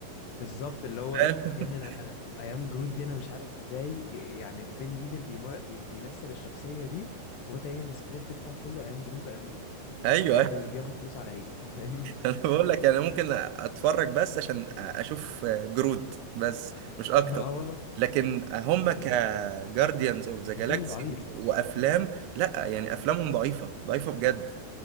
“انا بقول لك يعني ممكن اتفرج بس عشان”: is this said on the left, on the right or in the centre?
Right